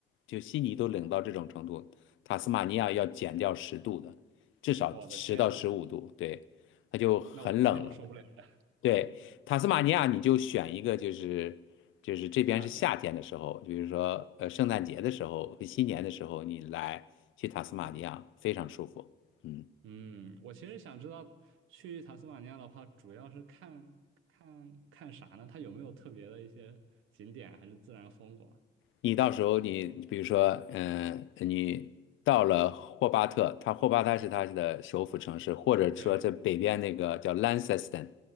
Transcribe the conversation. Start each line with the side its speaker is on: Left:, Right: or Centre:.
Left: 就悉尼都冷到这种程度，塔斯马尼亚要减掉十度的，至少十到十五度，
Right: 我的天呐，
Left: 对，它就很冷了。
Right: 那我估计我受不了了，
Left: 对，塔斯马尼亚你就选一个，就是就是这边是夏天的时候，
Right: 夏天。
Left: 比如说呃圣诞节的时候和新年的时候，你来去塔斯马尼亚非常舒服。
Right: 嗯。
Left: 嗯。
Right: 嗯，我其实想知道去塔斯马尼亚的话，主要是看看看啥呢？它有没有特别的一些景点，还是自然风光？
Left: 你到时候你比如说，嗯，你到了霍巴特，他霍巴特是他的首府城市，或者说在北边那个叫
Right: 对，
Left: Launceston，